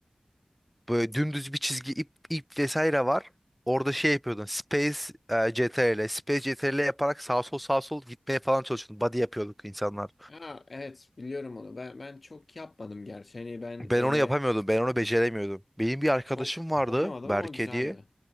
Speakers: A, in the centre; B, on the left.
A: Böyle dümdüz bir çizgi ip, ip vesaire var. Orada şey yapıyordun. Space e, CTRL, Space CTRL yaparak sağ sol sağ sol gitmeye falan çalışıyordun. Body yapıyorduk insanlar.
B: Ha evet biliyorum onu. Ben ben çok yapmadım gerçi. Hani ben
A: Ben
B: öyle
A: onu yapamıyordum. Ben onu beceremiyordum. Benim bir arkadaşım
B: çok
A: vardı.
B: oynamadım
A: Berke
B: ama güzeldi.
A: diye.